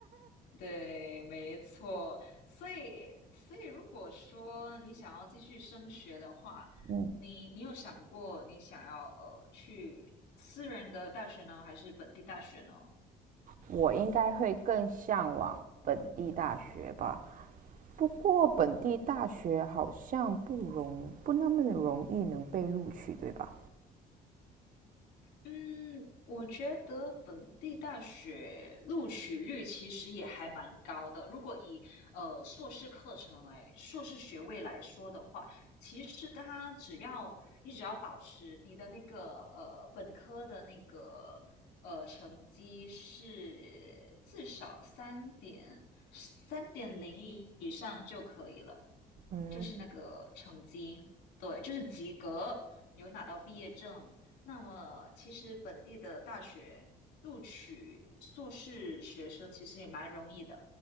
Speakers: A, on the left; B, on the right.
A: 对，没错。所以所以如果说你想要继续升学的话，
B: 嗯，
A: 你你有想过你想要呃去私人的大学呢，还是本地大学呢？
B: 我应该会更向往本地大学吧。不过本地大学好像不容不那么容易能被录取，对吧？
A: 嗯，我觉得本地大学录取率其实也还蛮高的。如果以呃硕士课程来、硕士学位来说的话，其实它只要你只要保持你的那个呃本科的那个呃成绩是至少三点三点零以上就可以了，
B: 嗯，
A: 就是那个成绩，对，就是及格，有拿到毕业证。那么，其实本地的大学录取硕士学生其实也蛮容易的，